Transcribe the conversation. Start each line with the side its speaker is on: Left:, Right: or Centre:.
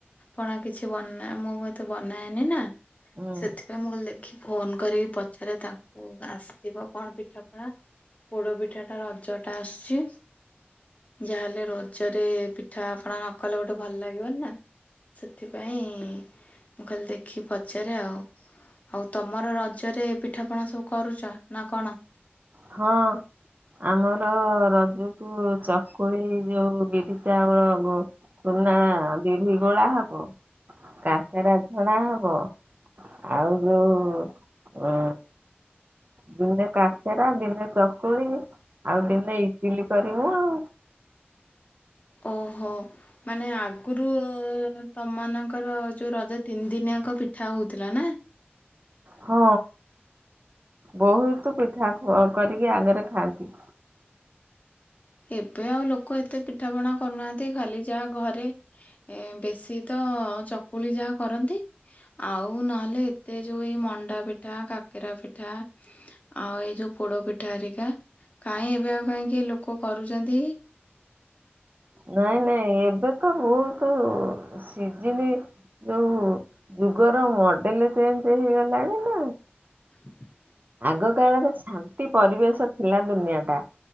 Left: ପଣା କିଛି ବନା ମୁଁ ଏତେ ବନାଏନି ନାଁ।
Right: ହୁଁ।
Left: ସେଥିପାଇଁ ମୁଁ ଲେଖେ। ଫୋନ କରିକି ପଚାରେ ତାଙ୍କୁ ଆସିଥିବ କଣ ପିଠାପଣା। ପୋଡ଼ପିଠାଟା ରଜଟା ଆସୁଚି। ଯା ହେଲେ ରଜରେ ପିଠାପଣା ନ କଲେ ଗୋଟେ ଭଲ ଲାଗିବନି ନା। ସେଥିପାଇଁ ମୁଁ କଲି ଦେଖି ପଚାରେ ଆଉ। ହଉ ତମର ରଜରେ ପିଠାପଣା ସବୁ କରୁଚ ନାଁ କଣ?
Right: ହଁ ଆମର ର ରଜକୁ ଚକୁଳି ଯୋଉ ବିରି ଚାଉଳ ଗୁ ଚୁନା ବିରହି ଗୋଳା ହବ କା କେରା ଛଣା ହବ। ଆଉ ଯୋଉ ଅ ଯୋଉ ନ କା ହେରା ଦିନେ ଚକୁଳି ଆଉ ଦିନେ ଇଟିଲି କରିମୁ ଆଉ।
Left: ଓହୋ ମାନେ ଆଗୁରୁ ତମମାନଙ୍କର ଯୋଉ ରଜ ତିନି ଦିନିଆଙ୍କ ପିଠା ହୋଉଥୁଲା ନାଁ?
Right: ହଁ ବୋହୁତ ପିଠା କ କରିକି ଆଗରେ ଖାଆନ୍ତି।
Left: ଏବେ ଆଉ ଲୋକ ଏତେ ପିଠା ପଣା କରୁନାହାନ୍ତି, ଖାଲି ଯାହା ଘରେ ଏଁ ବେଶୀ ତ ଚକୁଳି ଯାହା କରନ୍ତି ଆଉ ନହେଲେ ଏତେ ଯୋଉ ଏଇ ମଣ୍ଡା ପିଠା, କାକେରା ପିଠା ଆଉ ଏଇ ଯୋଉ ପୋଡ଼ ପିଠା ହେରିକା କାଇଁ ଏବେ ଆଉ କାଇଁ ଲୋକ୍ କ କରୁଚନ୍ତି?
Right: ନାଇଁ ନାଇଁ ଏବେକ ବୋହୁତ୍ ସିଜିନି ଯୋଉ ଯୁ ର ମଡେଲ ଚେଞ୍ଚ୍ ହେଇଗଲାଣି ନାଁ।
Left: <inaudible>
Right: ଆଗ କାଳରେ ସା ନ୍ତି ପରିବେଶ ଥିଲା ଦୁନିଆ। ଟା।